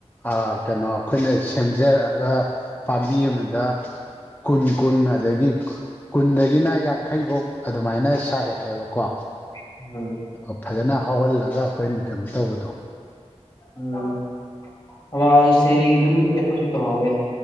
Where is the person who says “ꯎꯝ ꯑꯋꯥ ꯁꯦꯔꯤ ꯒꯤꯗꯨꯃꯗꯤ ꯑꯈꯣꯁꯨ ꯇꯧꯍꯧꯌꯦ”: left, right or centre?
Left